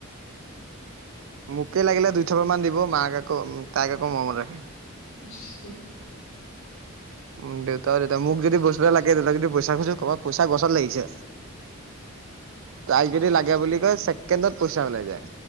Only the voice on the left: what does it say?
আচা। <inaudible>
আমাৰ